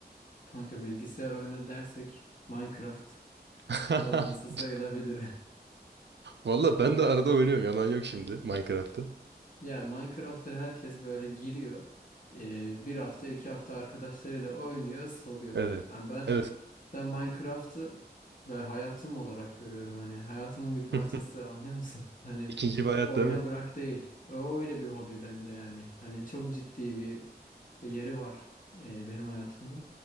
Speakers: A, on the left (about 50°); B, on the right (about 90°).
A: kanka bilgisayar oyunu dersek Minecraft
B: <laughs>
A: bağımlısı sayılabilir. <laughs>
B: Valla ben de arada oynuyorum yalan yok şimdi Minecraft'ı.
A: Ya Minecraft'a herkes böyle giriyor. Ee, bir hafta iki hafta arkadaşlarıyla oynuyor, soluyor.
B: Evet.
A: Yani ben
B: Evet.
A: Ben Minecraft'ı ve hayatım olarak görüyorum. Hani hayatımın bir
B: <laughs>
A: parçası anlıyor musun? Hani
B: İkinci bir hayat
A: oyuna
B: değil mi?
A: bırak değil. O öyle bir hobi bende yani. Hani çok ciddi bir yeri var e, benim hayatımda.